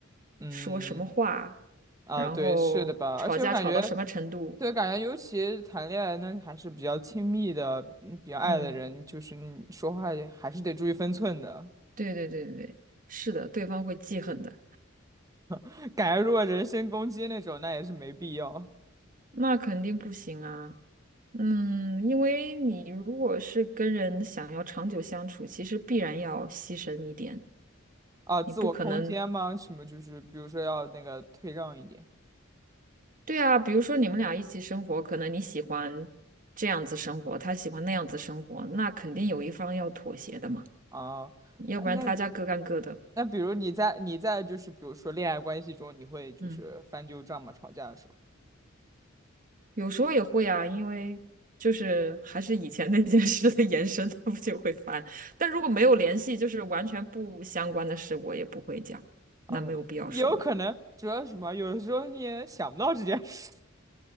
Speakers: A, on the right; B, on the right.
A: 嗯，
B: 说什么话，
A: 啊，
B: 然后吵架吵到什么程度。
A: 对，是的吧？而且我感觉，对，感觉尤其谈恋爱那还是比较亲密的，嗯比较爱的人，
B: 嗯，
A: 就是你说话也还是得注意分寸的。
B: 对对对对对，是的，对方会记恨的，
A: <laughs> 感觉如果人身攻击那种，那也是没必要
B: 那肯定不行啊。嗯，因为你如果是跟人想要长久相处，其实必然要牺牲一点，
A: 啊。自我空间嘛，
B: 你不可能，
A: 什么就是，比如说要那个退让一点
B: 对啊，比如说你们俩一起生活，可能你喜欢这样子生活，他喜欢那样子生活，那肯定有一方要妥协的嘛，
A: 啊。
B: 要不然大家各干各的。
A: 哎，那那比如你在你在就是比如说恋爱关系中，你会就是翻旧账吗？
B: 嗯，
A: 吵架的时候
B: 有时候也会啊，因为就是还是以前那件事的延伸，他不就会烦。但如果没有联系，就是完全不相关的事，我也不会讲，
A: 啊，
B: 那没有必要说了。
A: 也有可能，主要是什么？有的时候你也想不到这件事，